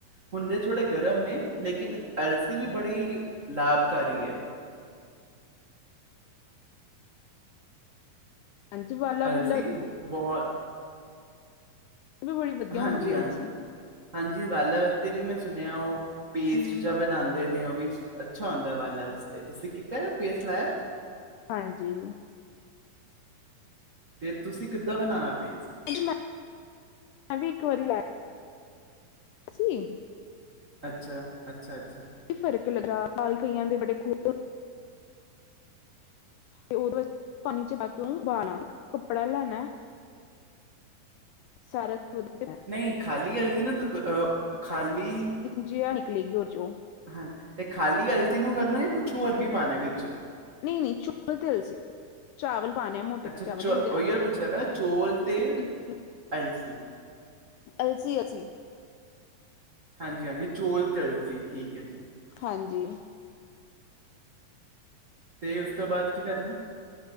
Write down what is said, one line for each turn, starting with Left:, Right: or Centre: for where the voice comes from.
Right: ਹੁੰਦੇ ਥੋੜੇ ਗਰਮ ਨੇ, ਲੇਕਿਨ ਅਲਸੀ ਵੀ ਬੜੀ ਲਾਭਕਾਰੀ ਐ।
Left: ਹਾਂਜੀ ਵਾਲਾ
Right: ਅਲਸੀ
Left: ਵੂਲਾ
Right: ਬਹੁਤ।
Left: ਵੀ ਬੜੀ ਵਧੀਆ
Right: ਹਾਂਜੀ,
Left: ਹੁੰਦੀ ਹੈ
Right: ਹਾਂਜ-
Left: ਅਲਸੀ।
Right: ਹਾਂਜੀ ਵਾਲਾਂ ਵਾਸਤੇ ਵੀ ਮੈਂ ਸੁਣਿਆ ਉਹ। ਪੇਸਟ
Left: ਹਮ
Right: ਜਾ ਬਣਾਂਦੇ ਨੇ ਉਹ ਵੀ ਅੱਛਾ ਹੁੰਦਾ ਵਾਲਾਂ ਵਾਸਤੇ, ਤੁਸੀਂ ਕੀਤਾਂ ਪੇਸਟ ਲਾਇਆਂ।
Left: ਹਾਂਜੀ।
Right: ਫੇਰ ਤੁਸੀਂ ਕਿੱਦਾਂ ਬਣਾਇਆ ਪੇਸਟ?
Left: <unintelligible> ਮੈ-ਮੈਂ ਵੀ ਇੱਕ ਵਾਰੀ ਲਾਇਆ। ਸੀਂ।
Right: ਅੱਛਾ, ਅੱਛਾ- ਅੱਛਾ।
Left: ਕਾਫ਼ੀ ਫ਼ਰਕ ਲੱਗਾ, ਵਾਲ ਕਈਆਂ ਦੇ ਬੜੇ ਖੂਬ ਤੇ ਉਹਦੇ ਬਾਅਦ ਪਾਣੀ 'ਚ ਪਾ ਕੇ ਉਹਨੂੰ ਉਬਾਣਾ ਇੱਕ ਕੱਪੜਾ ਲੈਣਾ। ਸਾਰਾ ਤੇ ਉਹਦੇ
Right: ਨਹੀਂ ਖਾਲੀ ਅਲਸੀ ਨੂੰ ਅ ਖਾਲੀ।
Left: ਜਿਆ ਨਿਕਲੇਗੀ ਉਹਦੇ 'ਚ।
Right: ਹਾਂਜੀ, ਤੇ ਖਾਲੀ ਅਲਸੀ ਨੂੰ ਕਰਨਾ ਜਾਂ ਕੁਛ ਹੋਰ ਵੀ ਪਾਣਾ ਏ ਵਿੱਚ।
Left: ਨਹੀਂ- ਨਹੀਂ ਚੌਲ਼ ਤੇ ਅਲਸੀ। ਚਾਵਲ ਪਾਣੇ ਆ ਮੋਟੇ
Right: ਅੱਛਾ
Left: ਚਾਵਲ
Right: ਚੋ
Left: ਹੁੰਦੇ ਆ
Right: ਉਹੀ
Left: ਨਾ,
Right: ਗੱਲ ਪੁੱਛਦਾ ਪਿਆ ਚੋਲ ਤੇ
Left: ਔਰ ਤੁਸੀਂ ਦੂਸਰੇ
Right: ਅਲਸੀ
Left: ਅਲਸੀ ਅਸੀਂ।
Right: ਹਾਂਜੀ! ਹਾਂਜੀ! ਚੋਲ ਤਿਲਸੀ ਠੀਕ ਹੈ ਜੀ!
Left: ਹਾਂਜੀ!
Right: ਤੇ ਉਸ ਤੋਂ ਬਾਅਦ ਕੀ ਕਰਨਾ?